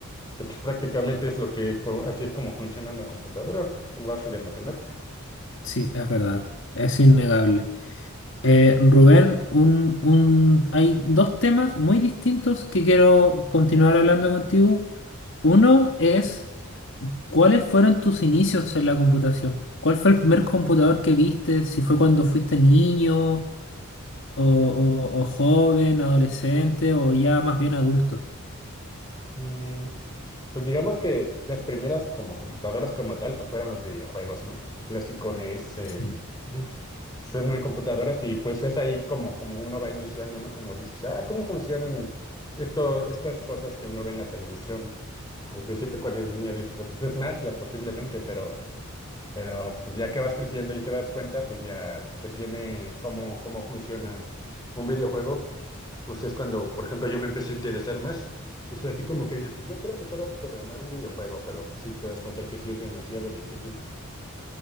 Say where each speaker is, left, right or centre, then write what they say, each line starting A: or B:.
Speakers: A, on the left (about 20°); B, on the left (about 55°).
A: que pues prácticamente es lo que, co- así es como funciona una computadora, una base de matemáticas.
B: Sí, es verdad, es innegable. Eh, Rubén, un, un, hay dos temas muy distintos que quiero continuar hablando contigo. Uno es, ¿cuáles fueron tus inicios en la computación? ¿Cuál fue el primer computador que viste? Si fue cuando fuiste niño o, o- o joven, adolescente o ya más bien adulto.
A: Mm, pues digamos que las primeras como computadoras como tal, pues fueron los videojuegos, ¿no? El clásico NES, el...
B: Sí.
A: ujú, Son una computadoras y pues es ahí como, como uno va iniciando, ¿no? Como dices, ah, ¿cómo funcionan esto, estas cosas que uno ve en la televisión? Al principio cuando eres niño dices, "Ah, pues es magia posiblemente, pero, pero pues ya que vas creciendo y te das cuenta, pues ya que tiene cómo, cómo funciona un videojuego pues es cuando, por ejemplo, yo me empecé a interesar más. Pues así como que dices, pues yo quiero empezar a programar un videojuego, pero pues sí te das cuenta que sí es demasiado difícil.